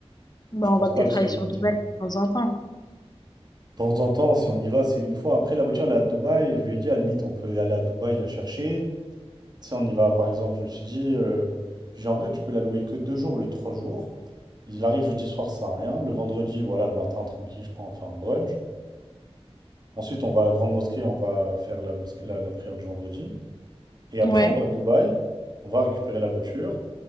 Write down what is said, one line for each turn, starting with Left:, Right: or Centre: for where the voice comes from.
Left: Bah,
Right: Je pense
Left: on va
Right: pas
Left: peut-être
Right: que c'est
Left: aller
Right: limité.
Left: sur Dubaï
Right: De
Left: de temps en temps.
Right: temps en temps, si on y va, c'est une fois. Après, la voiture, elle est à Dubaï. Je lui ai dit, à la limite, on peut aller à Dubaï la chercher. Tu sais, on y va, par exemple, je me suis dit, euh, j'ai en vrai, tu peux la louer que deux jours, le trois jours. Il arrive jeudi soir, ça sert à rien. Le vendredi, voilà, le matin, tranquille, je peux en faire un brunch. Ensuite, on va à la grande mosquée, on va faire la mosquée, la, la prière du vendredi. Et après,
Left: Ouais.
Right: on va à Dubaï, on va récupérer la voiture.